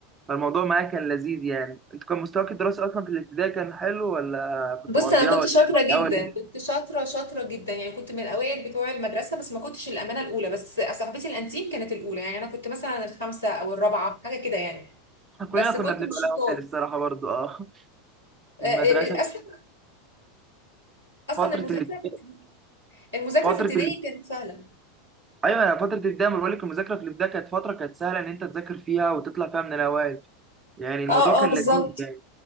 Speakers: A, on the right; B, on the left.
A: فالموضوع معايا كان لذيذ يعني انت كان مستواك الدراسي اصلا في الابتدائي كان حلو ولا كنت
B: بص
A: مقضيها
B: انا كنت
A: ولا
B: شاطره جدا
A: الاول
B: كنت شاطره شاطره جدا يعني كنت من الاوائل بتوع المدرسه بس ما كنتش الامانه الاولى بس صاحبتي الانتيم كانت الاولى يعني انا كنت مثلا الخامسه او الرابعه حاجه كده يعني
A: احنا
B: بس
A: كلنا كنا
B: كنت
A: بنبقى
B: مش
A: الاول
B: شطار
A: الصراحه برضو اه
B: آه،
A: المدرسه
B: آه، آه، اصلا اصلا
A: فتره
B: المذاكره
A: الابتدائي
B: في المذاكره
A: فتره
B: في ابتدائي
A: ال...
B: كانت سهله
A: ايوه أنا فتره الابتدائي ما بقولك المذاكره في الابتدائي كانت فتره كانت سهله ان انت تذاكر فيها وتطلع فيها من الاوائل يعني الموضوع
B: اه
A: كان
B: اه بالظبط
A: لذيذ يعني